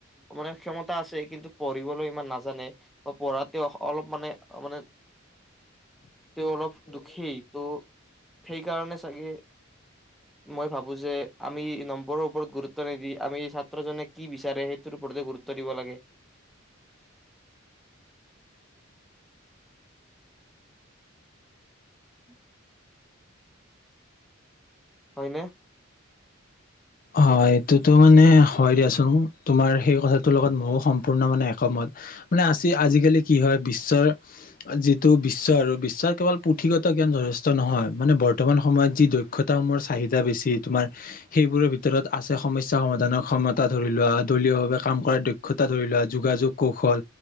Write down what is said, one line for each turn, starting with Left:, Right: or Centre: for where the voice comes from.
Centre: মানে ক্ষমতা আছে কিন্তু পঢ়িবলৈ ইমান নাজানে পঢ়াতে অলপ মানে মানে। তেওঁ অলপ দুখেই ত। সেইকাৰণে চাগে। মই ভাৱো যে আমি নম্বৰৰ ওপৰত গুৰুত্ব নিদি আমি ছাত্ৰ জনে কি বিচাৰে সেইটোৰ ওপৰতে গুৰুত্ব দিব লাগে। উম। হয়নে?
Left: হয় এইটোতো মানে হয় দিয়াচোন তোমাৰ সেই কথাটোৰ লগত ময়ো সম্পূৰ্ণ মানে একমত মানে আজি আজিকালি কি হয় বিশ্বৰ যিটো বিশ্ব আৰু বিশ্বৰ কেৱল পুথিগত জ্ঞান যথেষ্ট নহয় মানে বৰ্তমান সময়ত যি দক্ষতামূহৰ চাহিদা বেছি তোমাৰ সেইবোৰৰ ভিতৰত। ভিতৰত আছে সমস্যা সমাধানৰ ক্ষমতা ধৰি লোৱা দলীয় ভাৱে কাম কৰাৰ দক্ষতা ধৰি লোৱা যোগাযোগ কৌশল